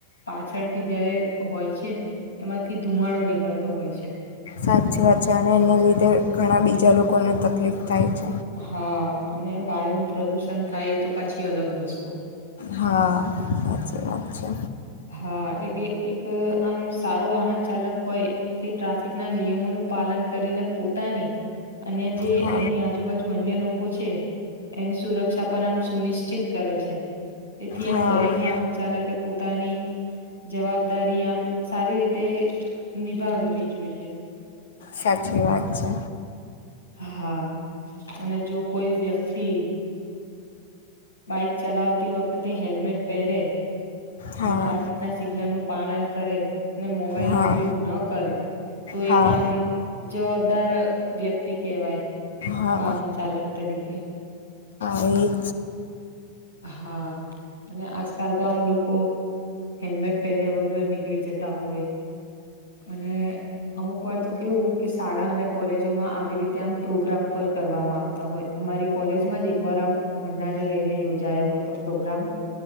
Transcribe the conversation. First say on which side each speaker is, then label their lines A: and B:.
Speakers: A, on the left; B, on the left.
A: પાછળથી જયારે હોય છે એમાંથી ધુમાડો નીકળતો હોય છે.
B: સાચ વાત છે અને એના લીધે ઘણા બીજા લોકોને તકલીફ થાય છે.
A: હા અને વાયુ નું પ્રદુષણ થાય એ તો પાછી અલગ વસ્તુ.
B: હા હાચી વાત છે.
A: હા એટલે કે એક આમ સારો વાહન ચાલક હોય તે ટ્રાફિક ના નિયમોનું પાલન કરીને પોતાની અને જે
B: હા
A: એની આજુબાજુ અન્ય લોકો છે. એની સુરક્ષા પણ આમ સુનિશ્ચિત કરે છે તેથી આમ
B: હા હા
A: દરેક વાહન ચાલકે પો તાની જવાબદારી આમ સારી રીતે નિભાવવી જોઈએ.
B: સાચી વાત છે.
A: હા અને જો કોઈ વ્યક્તિ બાઈક ચલાવતી વખતે હેલ્મેટ પહેરે અને
B: હા
A: ટ્રાફિક ના સિગ્નલ નું પાલન કરે અને મોબાઈલ
B: હા
A: ને ઉપયોગ ન કરે. તો
B: હા
A: એ આમ જવાબદાર વ્યક્તિ કેહેવાય.
B: હા
A: વાહન ચાલક તરીકે.
B: એજ.
A: હા, અને આજકાલ તો આમ લોકો હેલ્મેટ પહેર્યા વગર નીકળી જતા હોય. અને અમુક વાર તો કેવું કે શાળા અને કોલેજોમાં આવી રીતે આમ પ્રોગ્રામ આવ હોય અમારી કોલેજમાં એકવાર આમ હોંડા ને લઈને યોજ જાયો હતો પ્રોગ્રામ.